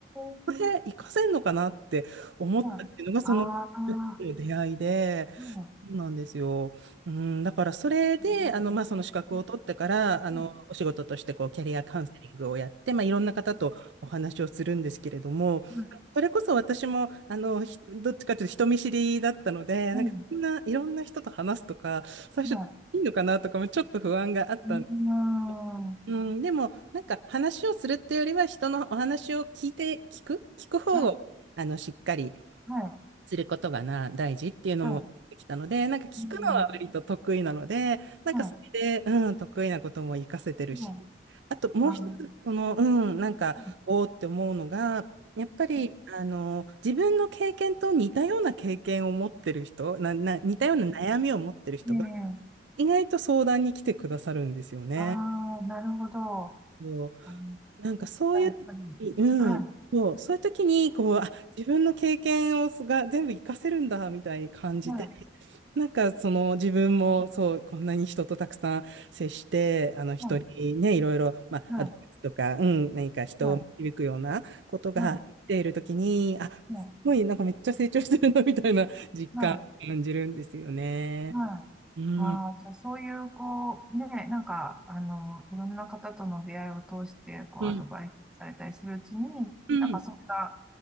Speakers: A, in the centre; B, on the right.
A: ー
B: これ活かせるのかなって思ったっていうのが、
A: はい。
B: その
A: ああ、は
B: 出会いで、
A: い。うん、う
B: そうなんですよ。うん、だからそれで、
A: ん、
B: あの、まあ、その資格を取ってから、
A: う
B: あの、
A: ん、
B: お仕事として、こう、キャリアカウンセリングをやって、まあ、いろんな方とお話をするんですけれども、
A: うん、
B: それこそ私も、あの、ひどっちかというと人見知りだったので、
A: うん、
B: なんか、そんな、いろんな人と話すとか、最初、
A: はい。
B: いいのかなとかもちょっと不安があったんです。
A: うん、
B: うん、でも、なんか、話をするっていうよりは、人のお話を聞いて、聞く、聞く方を、
A: はい、
B: あの、しっかり、
A: はい、
B: 知ることがな、大事っていうのもできたので、
A: は
B: なんか聞くのは割と得意なので、
A: い。うん、
B: なんかそれで、
A: は
B: うん、得意なことも活かせてるし、
A: い、はい。
B: あともう一つ、
A: ああ、は
B: その、うん、なんか、
A: い、
B: おーって思うのが、やっぱり、あの、自分の経験と似たような経験を持ってる人、な、な、似たような悩みを持ってる人が、
A: うん。ええ
B: 意外と相談に来てくださるんですよね。
A: ああー、なるほど。あ
B: そう
A: の、
B: なんかそういう時、
A: やっぱり。
B: うん、
A: はい、
B: そう、そういう時に、こう、あ、自分の経験をすが全部活かせるんだ、みたいに感じて、
A: はい、
B: <laughs> なんかその自分も、そう、こんなに人とたくさん接して、あの人にね、
A: はい、
B: いろいろ、まあ、
A: はい、
B: アドバイスとか、うん、何か人を導くようなことができている時に、
A: はい、はい、は
B: あ、
A: い、
B: すごい、なんかめっちゃ成長してるな、みたいな実感を感じるんですよね。
A: はい、はい。
B: うん、
A: ああ、じゃあそういう、こう、ね、なんか、あの、いろんな方との出会いを通して、こう、
B: うん、
A: アドバイスされたりするうちに、
B: うん。
A: なんかそれが、